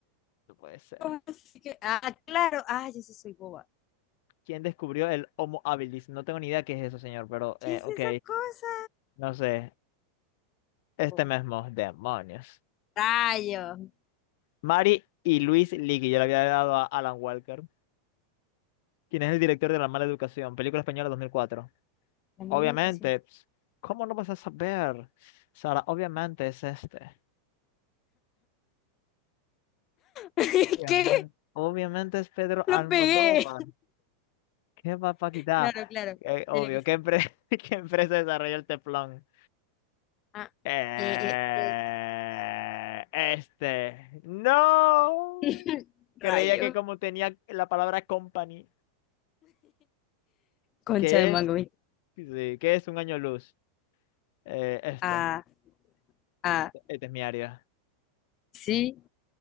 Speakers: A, on the left; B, on the left.
A: No puede ser.
B: ¿cómo así que- Ah, claro. Ah, yo sí soy boba.
A: ¿Quién descubrió el Homo habilis? No tengo ni idea qué es eso, señor, pero eh,
B: ¿Qué es
A: ok,
B: esa cosa?
A: no sé. Este
B: Oh,
A: mismo, demonios.
B: rayo.
A: Mary y Luis Ligui, yo le había dado a Alan Walker. ¿Quién es el director de La Mala Educación? Película española 2004.
B: La mala
A: Obviamente,
B: educación.
A: ps, ¿cómo no vas a saber? Sara, obviamente es este.
B: <laughs>
A: Obviamente,
B: ¿Qué?
A: obviamente es Pedro Almodóvar.
B: Lo pegué.
A: ¿Qué va papaquita?
B: Claro, claro.
A: Eh, obvio,
B: Tenía que ser.
A: ¿qué, empre- <laughs> qué empresa desarrolló el teflón?
B: Ah,
A: Eh,
B: eh, eh,
A: este. No.
B: eh. <laughs>
A: Creía
B: Rayo.
A: que como tenía la palabra company,
B: Concha
A: que
B: de mango,
A: es,
B: ¿viste?
A: sí, que es un año luz. Eh, esto.
B: Ah, ah,
A: Este es mi área.
B: sí.